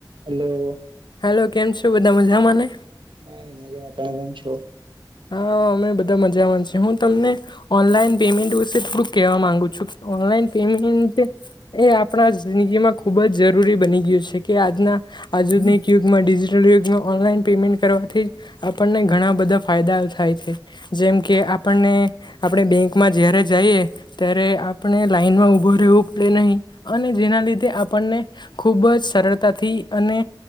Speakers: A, on the right; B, on the left.
A: Hello.
B: Hello કેમ છો બધા મજામાંને
A: હા મજા મા તમે કેમ છો
B: હા અમે બધા મજામાં છીએ હું તમને ઓનલાઈન પેમેન્ટ વિશેે થોડુંક કેહેવા માંગુ છું ઓનલાઈન પેમેન્ટ એ આપણા જિંદગીમાં ખુબ જ જરૂરી બની ગયું છે કે આજના આધુનિક યુગમાં ડિજિટલ યુગમાં ઓનલાઈન પેમેન્ટ કરવાથી આપણને ઘણા બધા ફાયદા થાય છે જેમ કે આપણને આપણે બેંકમાં જ્યારે જઈએ ત્યારે આપણે લાાઈનમાં ઊભું રહેવું પડે નહીં અને જેના લીધે આપણને ખૂબ જ સરળતાથી થી અને